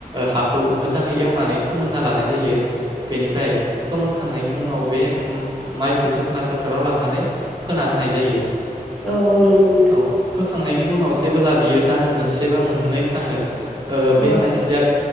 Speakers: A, on the right; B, in the centre.
A: हाखौ मोजाङै एवनानै फोमोनना लानाय जायो। बेनिफ्राय फोमोन खांनायनि उनाव बे माइखौ जोंना फोथाराव लांनानै फोना होनाय जायो
B: औ-औ-औ नंगौ नोंथां।
A: औ फोखांनायनि उनाव जेबोला बियो दान मोनसे बा मोननै थाङो बे
B: औ
A: माइस्लिया